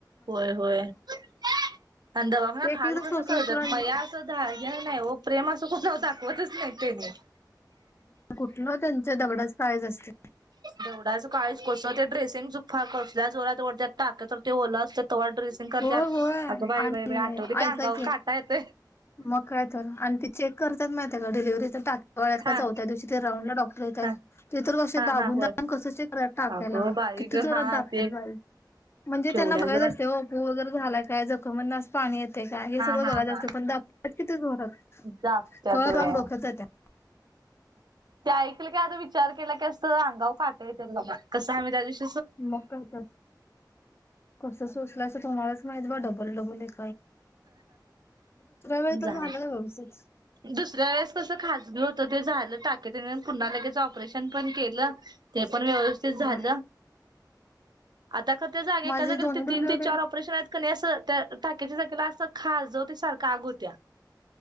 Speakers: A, on the right; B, on the left.
A: होय होय आणि दवाखान्यात
B: होतंय एक
A: हाल
B: एकदा सोसस
A: कसं कळतात
B: करून
A: मया असं द नाही प्रेम असं कुठ होता होतच नाहीतेनी
B: कुठलं त्यांच्या दगडाच काळज असते
A: दगडाचं काळीज कस ते ड्रेसिंग तर कसलं चु फा कसल्या जोरात ओढतात टाक तर ते ओल असतात. तेव्हा ड्रेसिंग करतात,
B: होय होय
A: अगं बाई
B: आणि
A: -बाई -बाई अठवल की
B: ऐका
A: अंगावर काटा येत
B: मग काय तर आणि ते चेक करतात माहिित का डिलिव्हचा टाकेत का
A: हा
B: चौथ्या दिवशीतर राऊन्ड ला डॉक्टर
A: हा
B: ती तर अशी
A: हा
B: दाबून
A: हा होय
B: दाबून कस क्षेत्र टाकायला
A: अगं बाई
B: किती
A: ग
B: जोरात
A: हा
B: दाबतात
A: ते
B: बाई म्हणजे
A: केवढ्या
B: त्यांना बघायच
A: जरा
B: असतय ओ झाला काय जखमधन पाणी येत ते काय हे
A: हा
B: सगळ बघायच
A: हा हा
B: असत पण ते अच्छा <unintelligible> ते जोरात आहे
A: दाबत्यात
B: कळ
A: होय
B: लावून डोक्यात जातीया.
A: ते ऐकल की आता विचार केला की असं अंगाव काट येतात बघ कसं आहे माहिती आहे
B: मग काय तर कस सोचलं असं तुम्हालाच माहित बा डबल डबल एक वेळी
A: झाल
B: तर झालं व्यवस्थित.
A: दुसऱ्या वेळेस कस खाजगी होतं ते झालं टाक. त तिनं पुन्हा लगेच ऑपरेशन पण केलं. ते पण व्यवस्थित झालं,
B: हा
A: आता खर त्या जागी
B: माझे
A: एका जागेला
B: दोन्ही
A: ते तीन
B: डिलिव्हरी
A: ते चार ऑपरेशन आहेत. ते कणी असं त्या टाक्याच्या जागी तेला अस खाजवतोय त्या सारख आग होतिया.